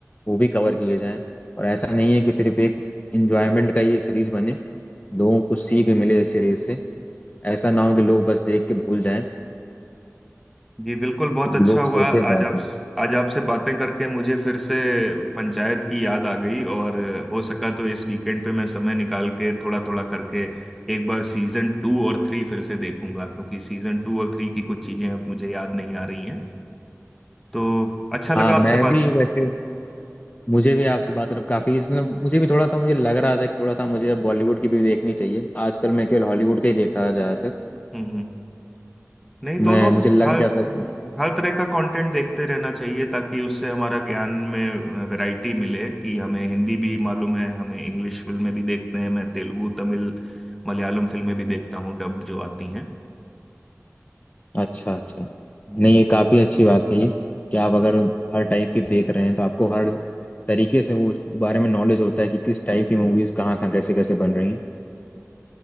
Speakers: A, on the left; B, in the centre.
A: वो भी कवर किए जाएं और ऐसा नहीं है कि सिर्फ एक इंजॉयमेंट का ये सीरीज बने लोगों को सीख भी मिले इस सीरीज से ऐसा ना हो कि लोग बस देख के भूल जाएं
B: जी बिल्कुल बहुत अच्छा
A: लोग
B: हुआ
A: सोचे
B: आज
A: बाद
B: आप
A: में
B: आज आपसे बातें करके मुझे फिर से पंचायत की याद आ गई और हो सका तो इस वीकेंड पे मैं समय निकाल के थोड़ा थोड़ा करके एक बार सीजन टू और थ्री फिर से देखूंगा क्योंकि सीजन टू और थ्री की कुछ चीजें अब मुझे याद नहीं आ रही हैं तो अच्छा लगा
A: हाँ
B: आपसे
A: मैं
B: बात
A: भी वैसे मुझे भी आपसे बात करके काफी इसमें मुझे भी थोड़ा सा मुझे लग रहा था कि थोड़ा सा मुझे अब बॉलीवुड की भी देखनी चाहिए आजकल मैं केवल हॉलीवुड के ही देख रहा था ज्यादातर
B: हम्म हम्म नहीं
A: मैं
B: दोनों
A: मुझे लग
B: हर
A: जाता कि
B: हर तरह का कंटेंट देखते रहना चाहिए ताकि उससे हमारा ज्ञान में वैरायटी मिले कि हमें हिंदी भी मालूम है हमें इंग्लिश फिल्में भी देखते हैं मैं तेलुगु तमिल मलयालम फिल्में भी देखता हूँ डब्ड जो आती हैं
A: अच्छा अच्छा
B: हम्म,
A: नहीं ये काफी अच्छी बात है ये कि आप अगर हर टाइप की देख रहे हैं तो आपको हर तरीके से वो उस बारे में नॉलेज होता है कि किस टाइप की मूवीज कहाँ कहाँ कैसे कैसे बन रही हैं